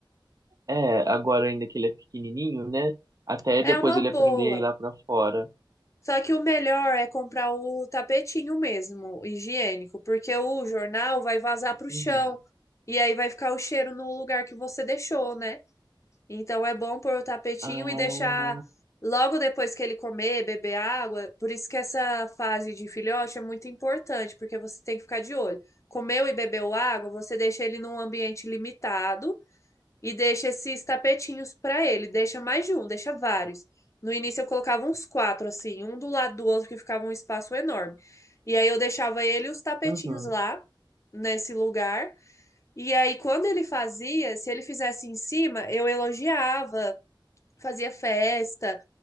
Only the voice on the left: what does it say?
É
uma
boa.
Só que o melhor é comprar o tapetinho mesmo, higiênico, porque o jornal vai vazar pro
chão e aí vai ficar o cheiro no lugar que você deixou, né? Então é bom pôr o tapetinho
e deixar logo depois que ele comer, beber água. Por isso que essa fase de filhote é muito importante, porque você tem que ficar de olho. Comeu e bebeu água, você deixa ele num ambiente limitado e deixa esses tapetinhos pra ele. Deixa mais de um, deixa vários. No início eu colocava uns quatro, assim, um do lado do outro, que ficava um espaço enorme. E aí eu deixava ele e os tapetinhos
lá, nesse lugar. E aí, quando ele fazia, se ele fizesse em cima, eu elogiava, fazia festa,